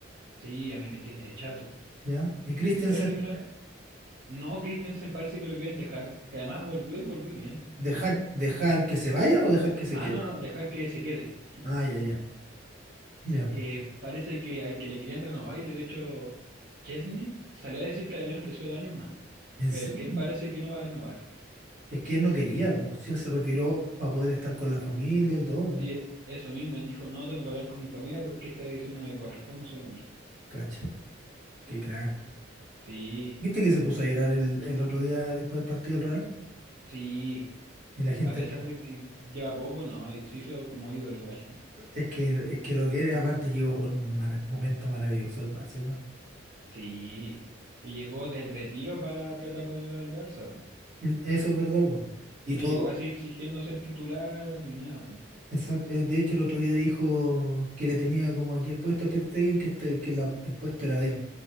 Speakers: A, on the right; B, on the right.
A: Sí, a mí me tiene de chato.
B: Ya. ¿Y Christensen
A: ¿Quieren eliminar?
B: sería?
A: No, Christensen parece que lo quieren dejar, que además volvió y volvió bien.
B: ¿Dejar, dejar que se vaya o dejar que se
A: Ah,
B: quede?
A: no, no, dejar que se quede.
B: Ah, ya, ya. Ya.
A: eh, parece que al que le querían renovar, y de hecho Chesney salió a decir que le habían ofrecido dos años más,
B: ¿En
A: pero
B: serio?
A: que él parece que no va a renovar.
B: Es que él no quería, pues. Si él se retiró para poder estar con la familia y todo. po.
A: Sí, eso mismo, él dijo, no, tengo que hablar con mi familia porque esta decisión no me corresponde solo a mí.
B: Cacha. Qué crack.
A: Sí,
B: ¿Viste que se puso a llorar el, el otro día después del partido del Real?
A: sí,
B: Y la gente
A: a pesar
B: lo...
A: de que lleva poco, no, y se hizo como ídolo igual. <laughs>
B: Es que, es que lo que era, aparte llegó con un mar- momento maravilloso el Barça igual.
A: Sí, y llegó del retiro para tratar de ayudar al Barça, po.
B: Mm, Eso es verdad, po. Y
A: Y no
B: todo,
A: llegó así exigiendo ser titular ni nada, po.
B: exacto. eh, De hecho, el otro día dijo que le tenía como aquí el puesto a Ter Stegen, que, este, que la- el puesto era de él,